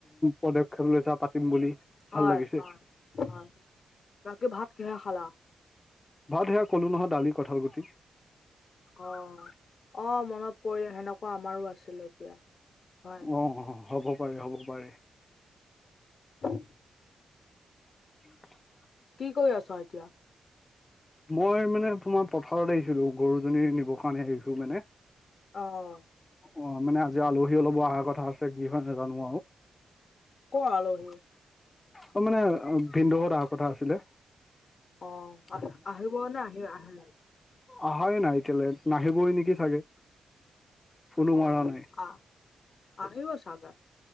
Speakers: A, on the left; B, on the left.
A: পদক্ষেপ লৈছা পাতিম বুলি
B: হয়
A: ভাল লাগিছে
B: হয় হয় ৰাতি ভাত কিহেৰে খালা
A: ভাত সেয়া কলো নহয় দালি কঁঠাল গুটি
B: অ অ মনত পৰিলে সেনেকুৱা আমাৰো আছিলে এতিয়া হয়
A: অ হ'ব পাৰে হ'ব পাৰে
B: উ <unintelligible>
A: উ <unintelligible>
B: কি কৰি আছ এতিয়া
A: মই মানে তোমাৰ পথাৰত আহিছিলো গৰুজনী নিবৰ কাৰণে আহিছো মানে
B: অ
A: অ মানে আজি আলহী অলপ অহাৰ কথা আছে কি হয় নাজানো আৰু
B: ক আলহি
A: অ মানে ভিনদেউহত আহাঁ কথা আছিলে।
B: অ আহিব নে আহি আহিলে
A: অহাই নাই এতিয়ালৈ নাহিবই নেকি চাগে ফোনো
B: অ
A: মৰা নাই
B: আহ আহিব চাগে